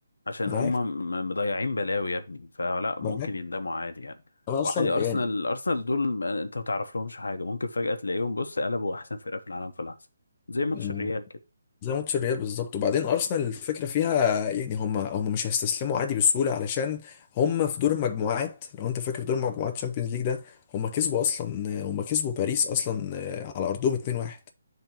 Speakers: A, on the left; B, on the left.
A: عشان
B: ما
A: هم
B: انا عارف
A: م- مضيعين بلاوي يا ابني فلا ممكن
B: ما انا عارف
A: يندموا عادي يعني
B: انا
A: وعادي
B: اصلا
A: ارسنال
B: يعني
A: ارسنال دول م- انت ما تعرف لهمش حاجه ممكن فجاه تلاقيهم بص قلبوا احسن فرقه في العالم في لحظه زي ماتش
B: اه
A: الريال كده
B: زي ماتش الريال بالظبط وبعدين ارسنال الفكره فيها يعني هم هم مش هيستسلموا عادي بسهوله علشان هم في دور المجموعات لو انت فاكر في دور المجموعات تشامبيونز ليج ده هم كسبوا اصلا هم كسبوا باريس اصلا آه، على ارضهم 2-1